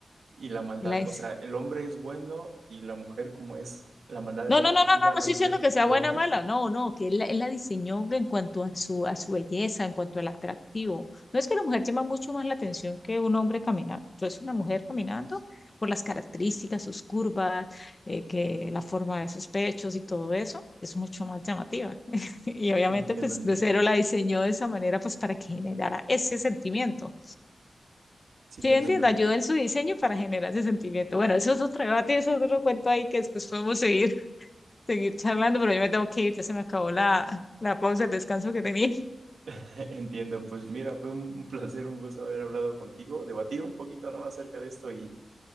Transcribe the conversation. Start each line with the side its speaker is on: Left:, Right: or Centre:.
Right: y la maldad,
Left: la es-
Right: o sea, el hombre es bueno y la mujer como es, la maldad es
Left: No,
Right: atractiva,
Left: no, no, no, no, no
Right: la
Left: estoy
Right: mujer
Left: diciendo que sea
Right: corrompe.
Left: buena o mala, no, no, que él, la- él la diseñó en cuanto a su, a su belleza, en cuanto al atractivo. No es que la mujer llama mucho más la atención que un hombre caminando. Entonces, una mujer caminando por las características, sus curvas, eh, que la forma de sus pechos y todo eso, es mucho más llamativa. <laughs> Y obviamente,
Right: Entiendo,
Left: pues,
Right: entiendo.
Left: Lucero la diseñó de esa manera, pues, para que generara ese sentimiento.
Right: Sí,
Left: Sí,
Right: te
Left: entiendo,
Right: entiendo.
Left: ayuda en su diseño para generar ese sentimiento. Bueno, eso es otro debate, eso es otro cuento ahí que después podemos seguir, <laughs> seguir charlando, pero yo me tengo que ir, ya se me acabó la, la pausa, el descanso que tenía <laughs>
Right: <laughs> Entiendo. Pues mira, fue un un placer, un gusto haber hablado contigo, debatido un poquito, ¿no? acerca de esto y,